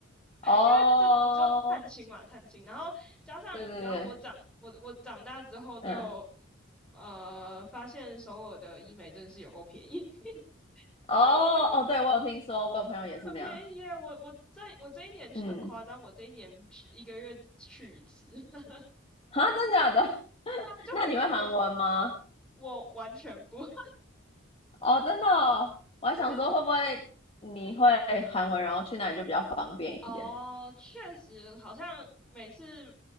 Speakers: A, on the left; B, in the centre.
A: 哦，
B: 因为这你就探亲嘛，探亲，然后加上你知道我长我我长大之后就
A: 对对对，嗯。
B: 呃发现首尔的医美真的是有够便宜，<laughs> 所以我就
A: 哦哦，对，我有听说，我有朋友也是这样。
B: 很便宜耶。我我这我这一年很夸张，
A: 嗯，
B: 我这一年去一个月去一次，<laughs>
A: 啊，真的假的？<laughs>
B: 就很疯，
A: 那你会韩文吗？
B: 我完全不，<laughs> 但
A: 哦，真的哦，我还想说会不会你会韩文，
B: 是嗯，
A: 然后去那里就比较方便一点。
B: 哦，确实，好像每次